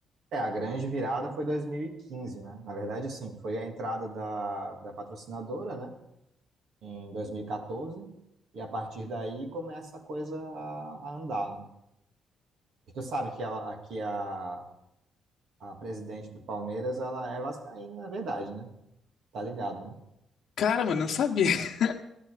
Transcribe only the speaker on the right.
É, a grande virada foi 2015, né? Na verdade, assim, foi a entrada da, da patrocinadora, né? Em 2014. E quatorze. E a partir daí começa a coisa a, a andar, né? E tu sabe que ela, aqui a, a presidente do Palmeiras, ela é vascaína, na verdade, né? Tá ligado, né?